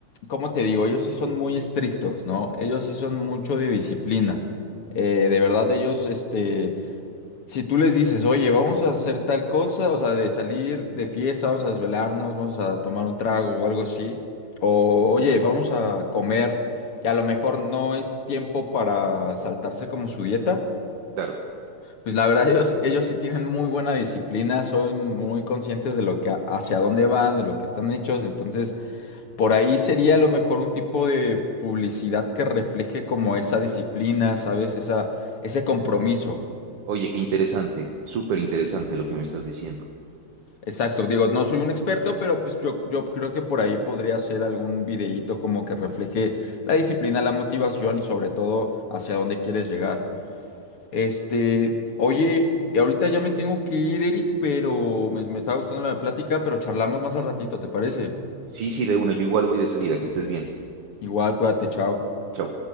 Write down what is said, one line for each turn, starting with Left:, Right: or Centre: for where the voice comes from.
Left: ¿cómo te digo? Ellos sí son muy estrictos, ¿no? Ellos sí son mucho de disciplina. Eh, de verdad, ellos, este, si tú les dices, oye, vamos a hacer tal cosa, o sea, de salir de fiesta, vamos a desvelarnos, vamos a tomar un trago o algo así, o oye, vamos a comer, y a lo mejor no es tiempo para saltarse como su dieta,
Right: claro.
Left: pues la verdad <laughs> ellos, ellos sí tienen muy buena disciplina, son muy conscientes de lo que, hacia dónde van, de lo que están hechos, entonces por ahí sería a lo mejor un tipo de publicidad que refleje como esa disciplina, ¿sabes? Esa, ese compromiso.
Right: Oye, qué interesante, súper interesante lo que me estás diciendo.
Left: Exacto, digo, no soy un experto, pero pues yo, yo creo que por ahí podría hacer algún videíto como que refleje la disciplina, la motivación y sobre todo hacia dónde quieres llegar. Este, oye, ahorita ya me tengo que ir, Eric, pero me, me estaba gustando la plática, pero charlamos más al ratito, ¿te parece?
Right: Sí, sí, de una, yo igual voy de salida, que estés bien.
Left: Igual, cuídate, chao.
Right: Chao.